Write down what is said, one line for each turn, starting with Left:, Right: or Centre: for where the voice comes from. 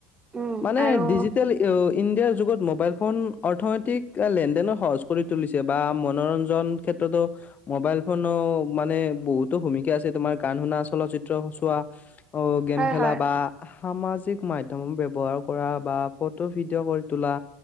Right: উম
Left: মানে
Right: আৰু
Left: ডিজিটেল ইণ্ডিয়াৰ যুগত মোবাইল ফোন অৰ্থনৈতিক লেনদেন সহজ কৰি তুলিছে বা মনোৰন জন ক্ষেত্ৰতো মোবাইল ফোনো মানে বহুতো ভূমিকা আছে তোমাৰ গান শুনা, চলচিত্ৰ চোৱা, অ গেম
Right: হয়
Left: খেলা
Right: হয়
Left: বা সামাজিক মাধ্যম ব্যৱহাৰ কৰা বা ফটো ভিডিঅ' কৰি তোলা